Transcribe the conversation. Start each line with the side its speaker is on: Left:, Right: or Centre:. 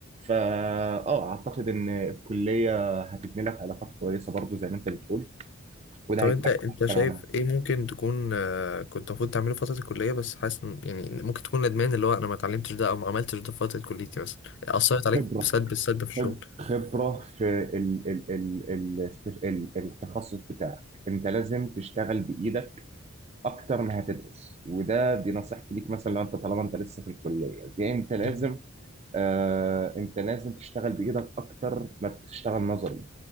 Right: فا اه اعتقد ان الكليه هتبني لك علاقات كويسه برضو زي ما انت بتقول وده
Left: طب
Right: هيفيدك
Left: انت انت
Right: في حاجات
Left: شايف
Right: تانية عنها
Left: ايه ممكن تكون آه، كنت المفروض تعمله في فترة الكلية بس حاسس ان- يعني ممكن تكون ندمان اللي هو انا ما اتعلمتش ده او ما عملتش ده في فترة كليتي مثلا اثرت عليك
Right: خبره
Left: بسلب السلب في الشغل
Right: خب- خبره في ال ال ال ال ال- التخصص بتاعك انت لازم تشتغل بايدك اكتر ما هتدرس وده دي نصيحتي ليك مثلا لو انت طالما انت لسه في الكليه دي انت لازم
Left: مهم.
Right: آه انت لازم تشتغل بايدك اكتر ما بتشتغل نظري